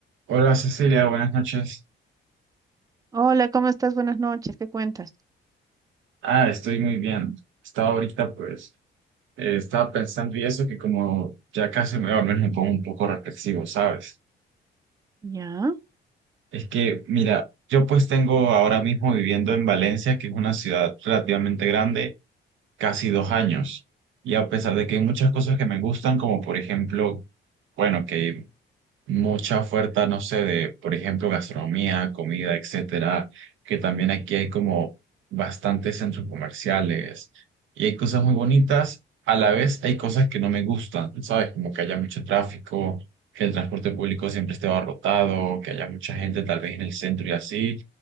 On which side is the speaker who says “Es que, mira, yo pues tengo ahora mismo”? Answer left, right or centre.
Right